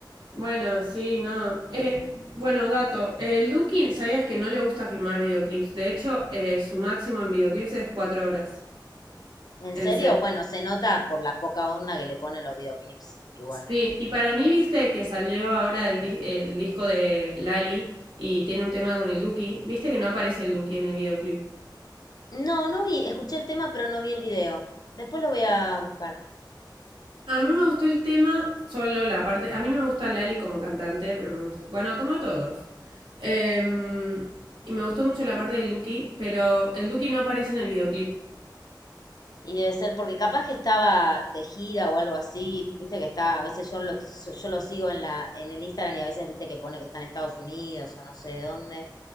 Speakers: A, on the right; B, on the left.
A: Bueno, sí, no. Eh, bueno, dato. El Duki, ¿sabías que no le gusta filmar videoclips? De hecho, eh, su máximo en videoclips es cuatro horas
B: En
A: en
B: serio,
A: set.
B: bueno, se nota por la poca onda que le ponen los videoclips, igual.
A: Sí, y para mí, viste que salió ahora el, di- el disco de Lali y tiene un tema con el Duki. Viste que no aparece el Duki en el videoclip.
B: No, no vi, escuché el tema, pero no vi el video. Después lo voy a buscar.
A: A mí me gustó el tema, solo la parte. A mí no me gusta Lali como cantante, pero me gusta. Bueno, como a todos. Em, y me gustó mucho la parte del Duki, pero el Duki no aparece en el videoclip.
B: Y debe ser porque capaz que estaba de gira o algo así, viste que está, a veces yo lo, so, yo lo sigo en la, en el Instagram y a veces viste que pone que está en Estados Unidos o no sé dónde,